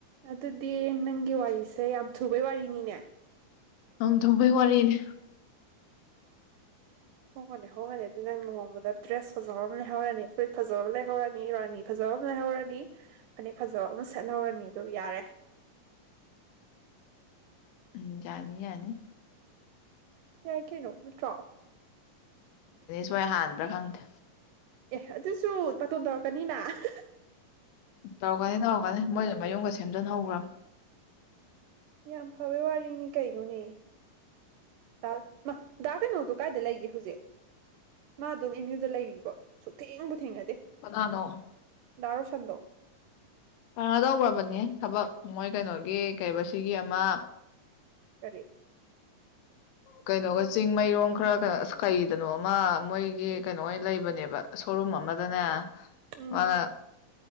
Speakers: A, on the right; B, on the left.
A: ꯑꯗꯨꯗꯤ ꯅꯪꯒꯤ ꯋꯥꯔꯤꯁꯦ ꯌꯥꯝ ꯊꯨꯕꯩ ꯋꯥꯔꯤꯅꯤꯅꯦ
B: ꯑꯪ ꯊꯧꯕꯩ ꯋꯥꯔꯤꯅꯦ
A: ꯍꯣꯡꯉꯅꯤ ꯍꯣꯡꯉꯅꯤ ꯑꯗꯨꯗꯤ ꯅꯪ ꯂꯨꯍꯣꯡꯕꯗ ꯗ꯭ꯔꯦꯁ ꯐꯖꯕ ꯑꯃ ꯂꯩꯍꯧꯔꯅꯤ ꯐꯨꯔꯤꯠ ꯐꯖꯕ ꯑꯃ ꯂꯩꯍꯧꯔꯅꯤ ꯔꯥꯅꯤ ꯐꯖꯕ ꯐꯖꯕ ꯑꯃ ꯂꯩꯍꯧꯔꯅꯤ ꯐꯅꯦꯛ ꯐꯖꯕ ꯑꯃ ꯁꯦꯠꯍꯧꯔꯅꯤ ꯑꯗꯨꯒ ꯌꯥꯔꯦ
B: ꯎꯝ ꯌꯥꯅꯤ ꯌꯥꯅꯤ
A: ꯌꯥꯏ ꯀꯩꯅꯣ ꯅꯠꯇ꯭ꯔꯣ
B: ꯃꯣꯏ ꯍꯥꯟꯕ꯭ꯔꯥ ꯈꯪꯗꯦ
A: ꯑꯦ ꯑꯗꯨꯁꯨ ꯕꯥꯇꯣꯟ ꯇꯧꯔꯛꯀꯅꯤꯅ ꯍꯥ ꯍꯥ ꯍꯥ
B: ꯇꯧꯔꯛꯀꯅꯤ ꯇꯧꯔꯛꯀꯅꯤ ꯃꯣꯏꯁꯨ ꯃꯌꯨꯝꯒ ꯁꯦꯝꯖꯤꯟ ꯍꯧꯒ꯭ꯔꯝꯅꯦ
A: ꯌꯥꯝ ꯐꯕꯩ ꯋꯥꯔꯤꯅꯤ ꯀꯩꯅꯣꯅꯦ ꯇꯥꯜ ꯃꯥ ꯗꯥ ꯀꯩꯅꯣꯗꯣ ꯀꯥꯏꯗ ꯂꯩꯒꯦ ꯍꯧꯖꯤꯛ ꯃꯥ ꯑꯗꯨꯝ ꯑꯦꯝ ꯌꯨ ꯗ ꯂꯩꯔꯤꯕꯣ ꯁꯨꯛꯊꯦꯡꯕꯨ ꯊꯦꯡꯅꯗꯦ
B: ꯀꯅꯥꯅꯣ
A: ꯗꯥ ꯔꯣꯁꯟꯗꯣ
B: ꯀꯩꯅꯣ ꯇꯧꯈ꯭ꯔꯕꯅꯦꯍꯦ ꯊꯕꯛ ꯃꯣꯏ ꯀꯩꯅꯣꯒꯤ ꯀꯩꯕ ꯁꯤꯒꯤ ꯑꯃ <inaudible>
A: ꯀꯔꯤ
B: ꯀꯩꯅꯣꯒ ꯆꯤꯡꯃꯩꯔꯣꯡ ꯈꯔ ꯀꯩꯅꯣ ꯀꯩꯗꯅꯣꯃ ꯃꯣꯏꯒꯤ ꯀꯩꯅꯣꯑꯣꯢꯅ ꯂꯩꯕꯅꯦꯕ ꯁꯣ ꯨꯔꯨꯝ ꯑꯃꯗꯅꯦ
A: ꯎꯝ
B: ꯃꯥꯅ